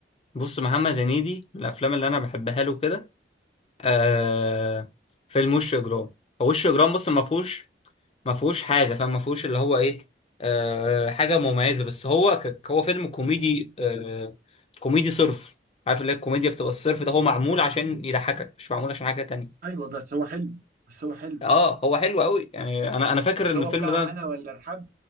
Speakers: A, on the left (about 35°); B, on the right (about 50°).
A: بص محمد هنيدي من الافلام اللي انا بحبها له كده آه فيلم وش اجرام هو وش اجرام بص ما فيهوش ما فيهوش حاجه فما فيهوش اللي هو ايه آه حاجه مميزه بس هو ك- هو فيلم كوميدي آه كوميدي صرف عارف اللي هي الكوميديا بتبقى الصرف ده هو معمول عشان يضحكك مش معمول عشان حاجه تانية
B: ايوه بس هو حلو بس هو حلو
A: اه هو حلو قوي يعني انا انا فاكر
B: مش
A: ان
B: هو
A: الفيلم
B: بتاع
A: ده
B: انا ولا ارحاب